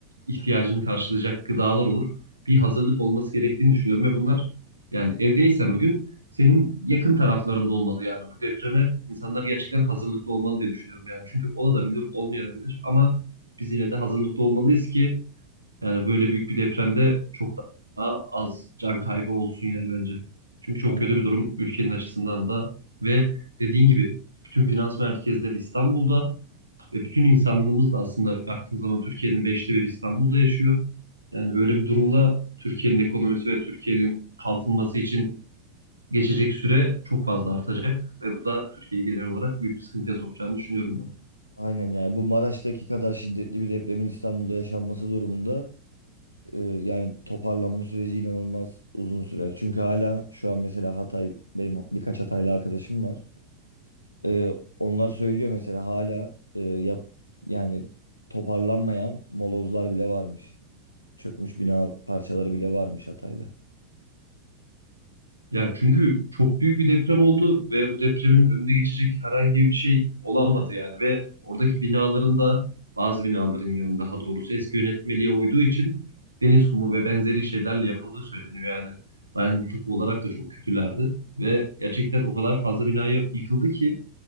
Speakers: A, on the right; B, on the left.
A: ihtiyacını karşılayacak gıdalar olur. Bir hazırlık olması gerektiğini düşünüyorum ve bunlar yani evdeysen o gün senin yakın taraflarında olmalı yani bu depreme insanlar gerçekten hazırlıklı olmalı diye düşünüyorum yani çünkü olabilir olmayabilir ama biz yine de hazırlıklı olmalıyız ki yani böyle büyük bir depremde çok daha az can kaybı olsun yani bence. Çünkü çok
B: Aynen.
A: kötü bir durum ülkenin açısından da ve dediğin gibi bütün finans merkezleri İstanbul'da ve bütün insanlığımız da aslında baktığın zaman Türkiye'nin beşte biri İstanbul'da yaşıyor. Yani böyle bir durumda Türkiye'nin ekonomisi ve Türkiye'nin kalkınması için geçecek süre çok fazla artacak ve bu da Türkiye'yi genel olarak büyük bir sıkıntıya sokacağını düşünüyorum ben.
B: Aynen yani bu Maraş'taki kadar şiddetli bir depremin İstanbul'da yaşanması durumunda e, yani toparlanma süreci inanılmaz uzun sürer. Çünkü hala şu an mesela Hatay benim birkaç Hataylı arkadaşım var. Ee, onlar söylüyor mesela hala e, yap, yani toparlanmayan molozlar bile varmış. Çökmüş bina parçaları bile varmış Hatay'da.
A: Ya çünkü çok büyük bir deprem oldu ve bu depremin önüne geçecek herhangi bir şey olamadı yani ve oradaki binaların da bazı binaların yani daha doğrusu eski yönetmeliğe uyduğu için deniz kumu ve benzeri şeylerle yapıldığı söyleniyor yani dayanıklılık olarak da çok kötülerdi ve gerçekten o kadar fazla bina yap- yıkıldı ki